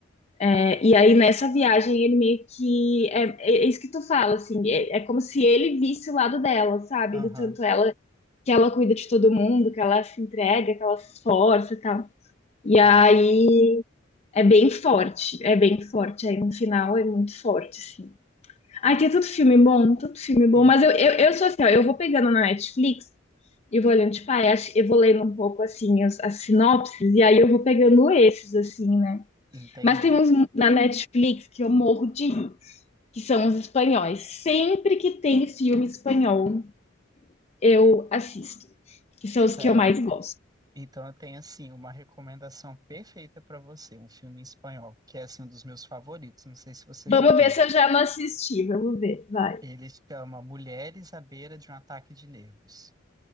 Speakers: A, on the left; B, on the right.
A: É, e aí, nessa viagem, ele meio que. É, é é isso que tu fala, assim. É, é como se ele visse o lado dela, sabe?
B: Aham.
A: Do tanto ela que ela cuida de todo mundo, que ela se entrega, que ela se esforça e tal. E
B: Nossa.
A: aí É bem forte, é bem forte. Aí no final é muito forte, sim. Ai, tem tanto filme bom, tanto filme bom.
B: Sim,
A: Mas eu, eu, eu sou assim, ó, eu vou pegando na Netflix e vou olhando, tipo, ai, acho- eu vou lendo um pouco, assim, as, as sinopses, e aí eu vou pegando esses, assim, né?
B: entendi.
A: Mas tem uns na Netflix que eu morro de rir, que são os espanhóis. Sempre que tem filme espanhol, eu assisto, que são os
B: Sério.
A: que eu mais gosto.
B: Então eu tenho assim uma recomendação perfeita para você, um filme em espanhol, que é assim um dos meus favoritos, não sei se você
A: Vamos
B: já viu.
A: ver se eu já não assisti, vamos ver, vai.
B: Ele se chama Mulheres à beira de um ataque de nervos.